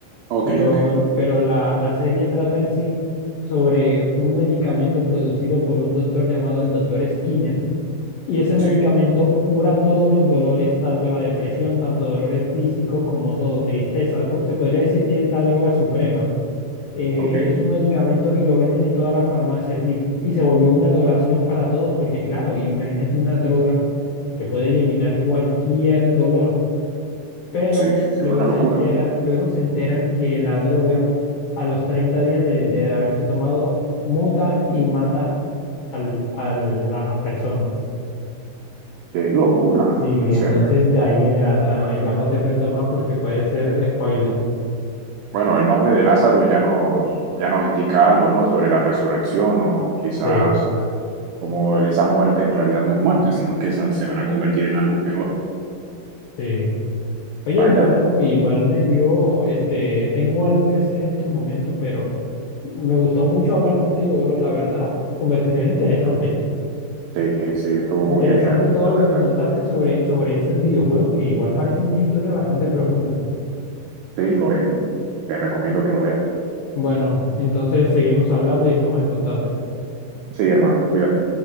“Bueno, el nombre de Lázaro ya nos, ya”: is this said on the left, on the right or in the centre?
Right